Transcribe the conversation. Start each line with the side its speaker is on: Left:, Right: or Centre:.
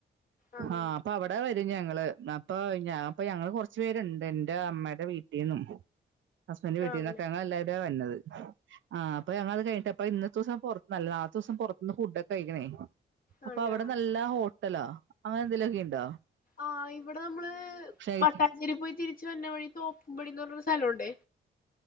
Left: ആഹ്
Right: ആ അപ്പൊ അവിടെ വരും ഞങ്ങ ള് ന്നാ ഇപ്പൊ ഞപ്പ ഞങ്ങള്ൾ കൊറച്ചു പേരുണ്ട് എന്റെ അമ്മേടെ വീട്ടീന്നും ഹസ്ബൻറ് വീട്ടീ
Left: ആണല്ലേ
Right: ന്നൊക്കെ ഞങ്ങള് എല്ലാരൂടെ വര്ണത് ആ അപ്പൊ ഞങ്ങളത് കഴി പ്പ ഇന്നത്തെ ദിവസം പുറത്തുനല്ല നാളത്തെ ദിവസം പുറത്തുന്ന് ഫുഡ്ക്കെ കഴിക്കണേ
Left: ആണല്ലേ
Right: അപ്പ അവിടെ
Left: ആഹ്
Right: നല്ല ഹോ ണ്ടലോ അങ്ങനെ എന്തെലുക്കെ ഇണ്ടോ
Left: ആയിം ഇവിടെ നമ്മള്
Right: കഴി-
Left: മട്ടാഞ്ചേരി പോയി തിരിച്ച് വര്ണ വഴി നോ കുമ്പിടിന് പറഞ്ഞൊരു സ്ഥലഒണ്ടേ